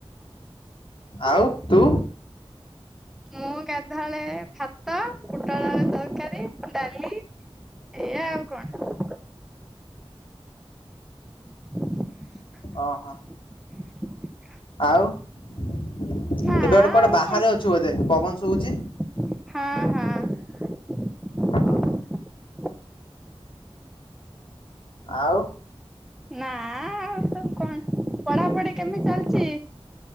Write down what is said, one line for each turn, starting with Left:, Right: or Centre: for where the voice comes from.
Left: ଆଉ ତୁ।
Centre: ମୁଁ ଗାଧୁଆଳେ ଭାତ ପୋଟଳ ଆଳୁ ତରକାରୀ ଡାଲି ଏଆା ଆଉ କଣ। <inaudible>
Left: ଓହୋ।
Centre: <inaudible>
Left: ଆଉ ଏବେ
Centre: ନା
Left: ଗୋଟେ
Centre: ଆଉ
Left: କୁଆଡେ ବାହାରେ
Centre: କଣ
Left: ଅଛୁ ବୋଧେ ପବନ ଶୁଭୁଛି।
Centre: ହଁ ହଁ।
Left: ଓହୋ ଆଉ।
Centre: ନା ଆଉ ସବୁ କଣ ପଢାପଢି କେମିତି ଚାଲିଛି।